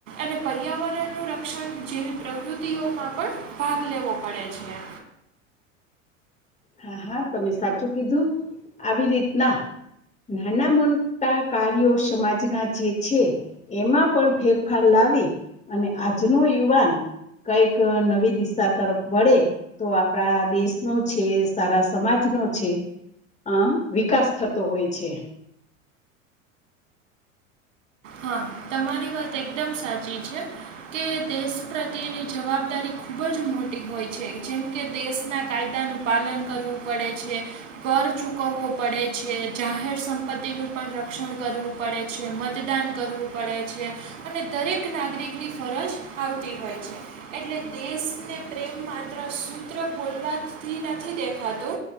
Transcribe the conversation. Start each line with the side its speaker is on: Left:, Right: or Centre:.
Right: અને પર્યાવરણનું રક્ષણ જેવી પ્રવૃત્તિઓમાં પણ ભાગ લેવો પડે છે.
Left: હા હા તમે સાચું કીધું આવી રીતના નાના મોટા કાર્યો સમાજના જે છે એમાં પણ ફેરફાર લાવી અને આજનો યુવાન કઈક નવી દિશા તરફ વળે તો આપણા દેશ નું છે સારા સમાજનો છે અ વિકાસ થતો હોય છે.
Right: હા તમારી વાત એકદમ સાચી છે. કે દેશ પ્રત્યેની જવાબદારી ખુબ જ મોટી હોય છે જેમ કે દેશના કાયદાનું પાલન કરવું પડે છે. કર ચૂકવવો પડે છે, જાહેર સંપત્તિનું પણ રક્ષણ કરવું પડે છે, મતદાન કરવું પડે છે અને દરેક નાગરિકની ફરજ આવતી હોય છે. એટલે દેશને પ્રેમ માત્ર સૂત્ર બોલવાથી નથી દેખાતો